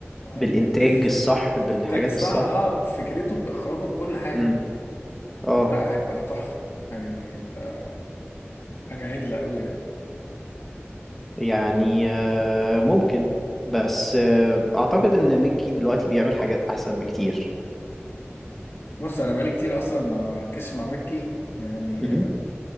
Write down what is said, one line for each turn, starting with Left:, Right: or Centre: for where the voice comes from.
Left: بال...
Centre: بالانتاج الصح بالحاجات
Left: بالإنتاج الصح
Centre: الصح
Left: اه بفكرته باخراجه بكل حاجه
Centre: امم اه
Left: لا هيبقى تحفه يعني هيبقى حاجه عدله قوي يعني
Centre: يعني آه، ممكن بس آه، اعتقد ان ميكي دلوقتي بيعمل حاجات احسن بكتير
Left: بص انا بقالي كتير اصلا ما مركزش مع مكي يعني
Centre: مم.